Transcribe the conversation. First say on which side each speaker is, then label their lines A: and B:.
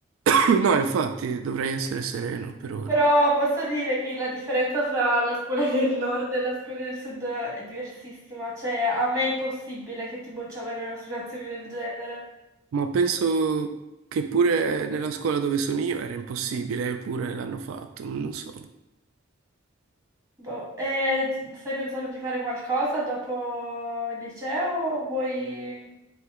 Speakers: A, on the right; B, on the right.
A: <clears throat> No, infatti, dovrei essere sereno per ora.
B: Però posso dire che la differenza fra la scuola del nord e la scuola del sud è diversissima, cioè a me è impossibile che ti bocciavano in una situazione del genere.
A: Ma penso che pure nella scuola dove sono io era impossibile, eppure l'hanno fatto, non so.
B: Boh. E stai pensando di fare qualcosa dopo il liceo o vuoi